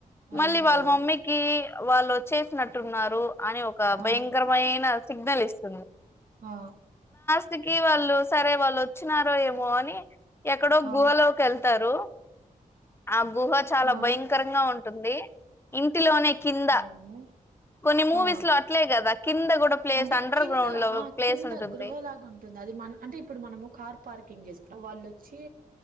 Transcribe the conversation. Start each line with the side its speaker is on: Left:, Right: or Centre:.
Right: అయ్యయ్యో
Left: మళ్ళీ వాళ్ళ మమ్మీకి వాళ్ళు చేసినట్టున్నారు. అని ఒక భయంకరమైన
Right: ఆ
Left: సిగ్నల్ ఇస్తుంది.
Right: ఆ
Left: స్ట్ కి వాళ్ళు సరే వాళ్ళు వచ్చు వచ్చినారో ఏమో అని ఎక్కడో
Right: ఆ
Left: గుహలోకి వెళ్తారు. ఆబ్ గుహ చాలా
Right: ఆ
Left: భయంకరంగా ఉంట ఉంటుంది ఇంటిలోనే కింద
Right: ఓ యమ్మో
Left: కొన్ని మూవీస్
Right: ఆ
Left: లో అట్లే కదా కింద కూడా ప్లేస్
Right: అంటే
Left: అండర్
Right: కింద
Left: గ్రౌండ్ లో
Right: ఆ
Left: ప్లేస్
Right: కింద
Left: ఉంటుంది
Right: గృహలాగా ఉంటుంది అది మన అంటే ఇప్పుడు మనము కార్ పార్కింగ్ చేసుకుంటం వాళ్ళు వచ్చి